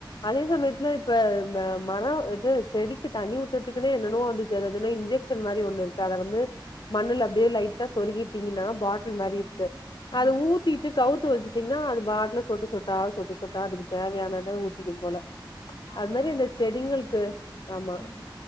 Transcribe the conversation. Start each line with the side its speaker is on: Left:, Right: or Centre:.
Left: அதே
Right: ஆ
Left: சமயத்துல இப் ப ம மரம் இது செடிக்கு தண்ணி ஊத்தறத்துக்னே என்னனவோ வந்துச்சு அததுன இன்ஜக்ஸ் ஸன் மாரி ஒன்னுருக்கு அத வந்து மண்ணுல
Right: ம்
Left: அப்டியே லைட்டா சொருகிட்டிங்கின்னா பாட் டில் மாரி
Right: ம்
Left: இருக்கு
Right: ம்
Left: அத ஊத்திட்டு கவுத்து வச்சிட்டிங்ன்னா அது பாட்ல சொட்டு சொட்டா சொட்டு சொட்டா அதுக்கு தேவயானத ஊத்திக்குதுபோல
Right: ஆமா
Left: அது மாரி
Right: இப்ப
Left: அந்த
Right: நெறைய
Left: செடிங்களுக்கு ஆமா
Right: ம்